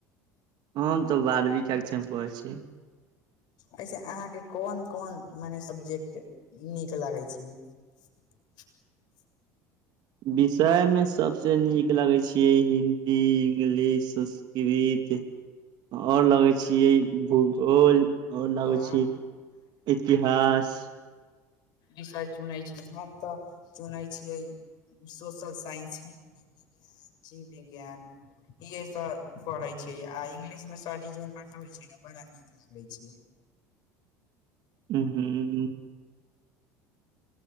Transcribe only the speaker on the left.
एहिसे अहाँके कोन कोन मने सबजेक्ट नीक लागै छी <inaudible>
वाह
इ शायद चुनै छी हम तऽ चुनै छियै सोशल साइंस हिन्दी विज्ञान जीव विज्ञान इहे सब पढ़ै छै आ इंगलिश में सरजी जोन पढ़ाबे छै न बड़ा नीक लागे छै